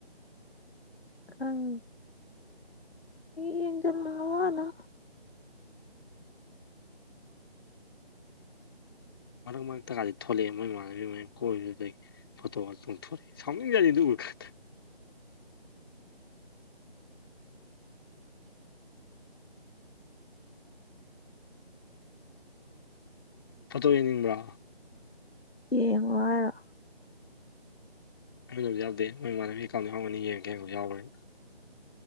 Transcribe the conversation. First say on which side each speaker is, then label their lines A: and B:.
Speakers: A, on the left (about 70°); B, on the left (about 20°).
A: ꯈꯪ ꯌꯦꯡꯗꯦ ꯅꯋꯥꯅ
B: ꯃꯔꯛ ꯃꯔꯛꯇꯀꯗꯤ ꯊꯣꯛꯂꯛꯑꯦ ꯃꯣꯏ ꯃꯥꯟꯅꯕꯤ ꯃꯩ ꯀꯣꯏꯕꯗꯨꯗꯒꯤ ꯐꯣꯇꯣꯒ ꯆꯣꯡꯊꯣꯔꯛꯑꯦ ꯁꯥꯎꯅꯤꯡꯖꯅꯤ ꯑꯗꯨꯒ ꯈꯠ ꯐꯣꯇꯣ ꯌꯦꯡꯅꯤꯡꯕ꯭ꯔꯥ
A: ꯌꯦꯡꯉꯣ ꯍꯥꯏꯔꯣ꯫
B: ꯑꯩꯉꯣꯟꯗꯕꯨꯗꯤ ꯌꯥꯎꯗꯦ ꯃꯣꯏ ꯃꯃꯟꯅꯕꯤꯒꯤ ꯑꯦꯀꯥꯎꯟꯗ ꯌꯥꯎꯔꯝꯒꯅꯤ ꯌꯦꯡꯒꯦ ꯌꯥꯎꯕꯔꯥꯅꯥ